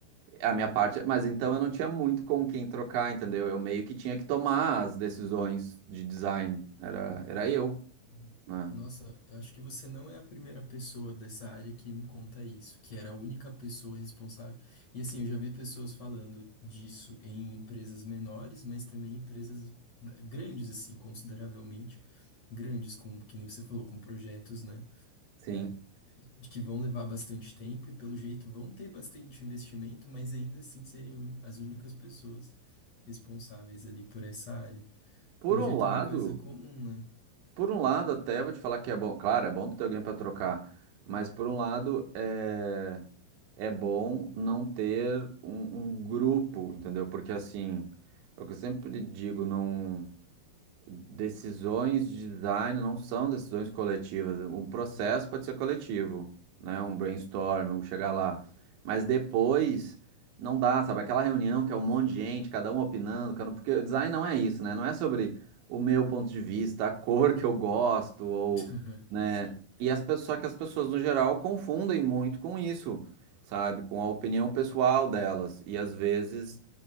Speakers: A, on the right (about 75°); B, on the left (about 55°).
A: a minha parte, mas então eu não tinha muito com quem trocar, entendeu? Eu meio que tinha que tomar as decisões de design, era, era eu,
B: Uhum.
A: né?
B: Nossa, eu acho que você não é a primeira pessoa dessa área que me conta isso, que era a única pessoa responsável. E assim, eu já vi pessoas falando disso em empresas menores, mas também em empresas eh, grandes, assim, consideravelmente grandes, com, que nem você falou, com projetos, né?
A: Sim.
B: eh, de que vão levar bastante tempo e, pelo jeito, vão ter bastante investimento, mas ainda assim serem uni- as únicas pessoas responsáveis ali por essa área.
A: Por
B: Pelo
A: um
B: jeito
A: lado,
B: é uma coisa comum, né?
A: Por um lado, até vou te falar que é bom. Claro, é bom tu ter alguém para trocar, mas por um lado, é, é bom não ter um, um grupo, entendeu? Porque assim, é o que eu sempre digo, não. Decisões de design não são decisões coletivas. O processo pode ser coletivo, né? Um brainstorm, um chegar lá. Mas depois não dá, sabe? Aquela reunião que é um monte de gente, cada um opinando, cada um- porque o design não é isso, né? Não é sobre o meu ponto de vista, a cor que eu gosto, ou,
B: <laughs>
A: né?
B: Sim.
A: E as pessoas, só que as pessoas, no geral, confundem muito com isso, sabe? Com a opinião pessoal delas. E às vezes